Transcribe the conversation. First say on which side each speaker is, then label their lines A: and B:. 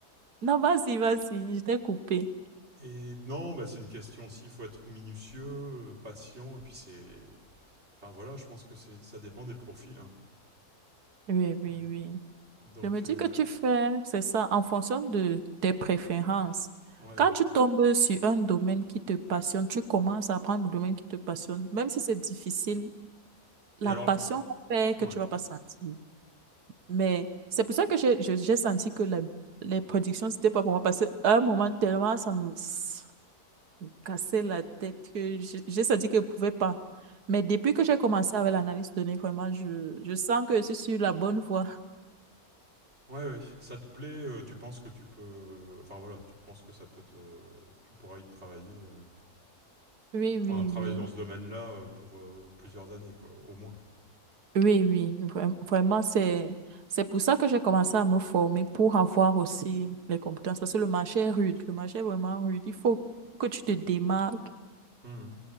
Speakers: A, on the right; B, on the right.
A: Non, vas-y, vas-y. Je t'ai coupé.
B: Et non, bah, c'est une question aussi. Il faut être minutieux, euh, patient, et puis c'est. Enfin voilà, je pense que c'est, ça dépend des profils. hein.
A: Oui, oui,
B: Ouais.
A: oui.
B: Donc
A: Je me
B: euh,
A: dis que tu fais, c'est ça, en fonction de tes préférences.
B: ouais. ouais.
A: Quand tu tombes sur un domaine qui te passionne, tu commences à apprendre le domaine qui te passionne. Même si c'est difficile, la
B: Et alors,
A: passion
B: la-
A: fait que
B: ouais,
A: tu vas pas sentir. Mais c'est pour ça que j'ai je- j'ai senti que la- les productions, c'était pas pour moi. Parce qu'à un moment, tellement ça me s- cassait la tête que j'ai j'ai senti que je pouvais pas. Mais depuis que j'ai commencé avec l'analyse de données, vraiment, je, je sens que je suis sur la bonne voie.
B: ouais, ouais. Ça te plaît euh, Tu penses que tu peux. Enfin voilà, tu penses que ça peut te. Tu pourras y travailler. euh,
A: Oui, oui,
B: Enfin, travailler
A: oui.
B: dans ce domaine-là euh, pour euh, plusieurs années, quoi, au moins.
A: Oui, oui, vraim- vraiment, c'est, c'est pour ça que j'ai commencé à me former pour avoir aussi les compétences, parce que le marché est rude, le marché est vraiment rude. Il faut que tu te démarques,
B: Mhm.